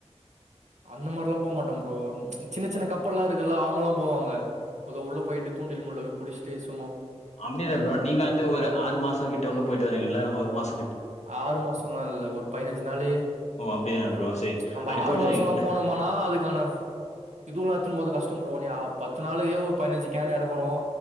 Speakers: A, on the right; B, on the left.
A: அந்த மார்லா போமாட்ட ப்ரோ உம் சின்ன சின்ன கப்பெல்லா இருக்குல்ல அவ்ங்களா போவாங்க மொத உள்ள போய்ட்டு தூண்டில் முள்ள புடிஸ்டேசு
B: அம்புட்டுதா ப்ரோ நீங்க வந்து ஒரு ஆறு மாசங்கிட்ட உள்ள போய்ட்டு வரீங்கல்ல ஒரு மாஸ்
A: ஆறு மாசலா இல்ல ஒரு பதுனஞ்சு நாளு
B: ஓ அப்டிதான
A: அவ்ளதா
B: ப்ரோ செரி
A: நம்ப
B: அப்டி
A: ஆறு
B: போயிட்டு
A: மாசோலா
B: வரீங்கல்ல
A: போனோமானா அதுக்கான இதுல்லா எட்த்துன்னு போறது கஷ்டோ ப்ரோ நீ ஆஹ் பத்து நாளைக்கே ஒரு பதுனஞ்சு கேனா இருக்கணு